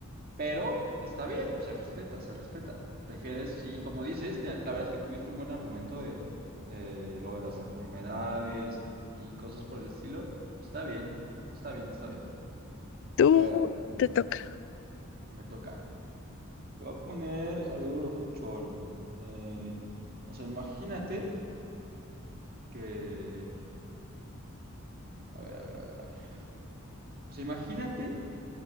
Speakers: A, on the right (about 45°); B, on the left (about 60°).
A: Pero está bien, se respeta, se respeta. Prefieres, sí, como dices, te- la verdad es que tuviste un buen argumento de, de lo de las enfermedades y cosas por el estilo. Está bien, está bien, está bien.
B: Tú
A: A ver,
B: te toca.
A: me toca. Te voy a poner algo locochón. Eh, o sea, imagínate que... A ver, a ver, a ver, a ver. O sea, imagínate